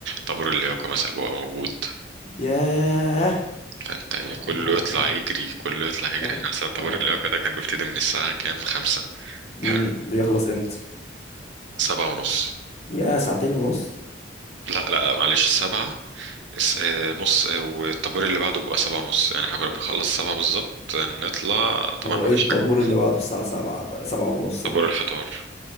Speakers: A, on the right; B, on the left.
A: طابور اللياقة مثلا بيبقى موجود
B: ياه
A: فانت يعني كله
B: هو
A: يطلع
B: حته
A: يجري كله يطلع يجري
B: آه.
A: احنا اصلا طابور
B: آه.
A: اللياقة ده كان بيبتدي من الساعة كام خمسة حلو
B: امم بيخلص امتى
A: سبعة ونص
B: يا ساعتين ونص
A: لا لا لا معلش السبعة الس- آه، نص آه، والطابور اللي بعده بيبقى سبعة ونص يعني احنا كنا بنخلص سبعة بالظبط نطلع طبعا
B: هو
A: مفيش
B: ايه الطابور
A: حاجة
B: اللي بعده الساعه 7 ده 7 ونص
A: طابور
B: ده
A: الفطار